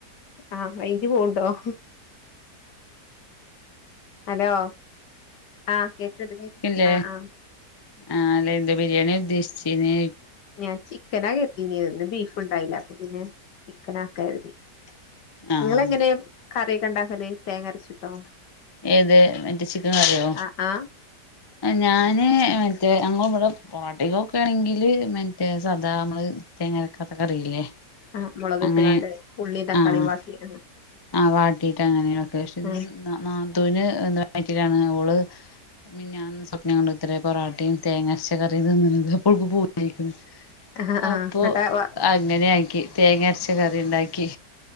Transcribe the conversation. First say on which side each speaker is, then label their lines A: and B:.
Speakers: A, on the left (about 75°); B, on the left (about 30°).
A: ആഹ്... റെയ്ഞ്ജ് പൊണ്ടോ.. മ്മ്ഹ്.. ഹലോ. ആഹ്.. കേക്കണ്ട് ടി..
B: ഇല്ലേ
A: ആഹ.. ആഹ...
B: ആഹ് അല്ലെ ന്ത്‌ ബിരിയാണി ഉദ്ദേശിചീന്നെ?
A: ഞാൻ ചിക്കനാ കേരതീനിയത് ന്ന് ബീഫ് ഉണ്ടായില്ല അപ്പൊ പിന്നെ. <unintelligible>
B: ആഹ്
A: നിങ്ങളെ എങ്ങനെ കറിയൊക്കെ ഉണ്ടാക്കല് തേങ്ങ അരച്ചിട്ടോ?
B: ഏത് മറ്റേ ചിക്കൻ കറിയോ?
A: ആ ആ
B: ഞാന് മറ്റേ ഞങ്ങൾ ഇവിടെ പൊറോട്ടികൊക്കെ ആണെങ്കില് മറ്റേ സദാ നമ്മള്.,.. തേങ്ങരക്കാത്ത കറിയില്ലേ
A: ആ മുളകിട്ട്
B: അങ്ങനെ.
A: കാണ്ട് ഉള്ളീം തക്കാളീം
B: ആഹ..
A: വാട്ടി ആ
B: ആ.. വാട്ടീട്ട് അങ്ങനെ വെക്കേഷൻ.
A: ആ
B: ന്ന.. നാത്തൂന് ന്താണ് വയറ്റിലാണ്.. ഓൾ മിഞ്ഞാന്ന് സ്വപ്നം കണ്ടെത്രെ പൊറാട്ടിം തേങ്ങരച്ച കറി മ് തിന്ന് ണത് അപ്പൊ ഓൾക് പൂതിഅയ്ക്ണ്
A: ആഹ് ആഹ്
B: അപ്പൊ
A: എന്നിട്ട് വ
B: അങ്ങനെയ ആാക്കി. തേങ്ങ അരച്ച കറി ണ്ടാക്കി.